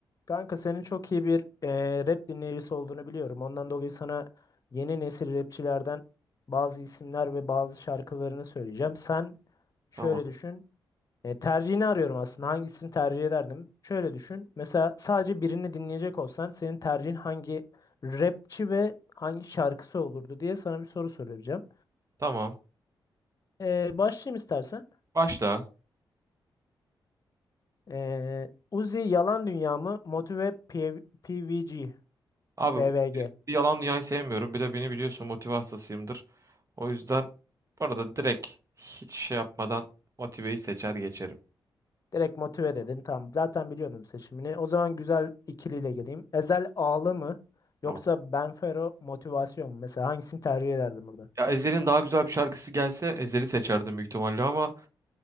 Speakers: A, on the left; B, on the right.
A: Kanka senin çok iyi bir eee, rap dinleyicisi olduğunu biliyorum. Ondan dolayı sana yeni nesil rapçilerden bazı isimler ve bazı şarkılarını söyleyeceğim. Sen şöyle
B: Tamam.
A: düşün. E, tercihini arıyorum aslında. Hangisini tercih ederdim? Şöyle düşün. Mesela sadece birini dinleyecek olsan senin tercihin hangi rapçi ve hangi şarkısı olurdu diye sana bir soru soracağım.
B: Tamam.
A: E, başlayayım istersen.
B: Başla.
A: E, Uzi Yalan Dünya mı? Motive P- PVG.
B: Abi
A: PVG.
B: bir yalan dünyayı sevmiyorum. Bir de beni biliyorsun motive hastasıyımdır. O yüzden bu arada direkt hiç şey yapmadan motiveyi seçer geçerim.
A: Direkt motive dedin. Tamam. Zaten biliyordum seçimini. O zaman güzel ikiliyle geleyim. Ezel Ağlı mı? Yoksa
B: Tamam.
A: Benfero Motivasyon mu? Mesela hangisini tercih ederdin burada?
B: Ya Ezhel'in daha güzel bir şarkısı gelse Ezhel'i seçerdim büyük ihtimalle ama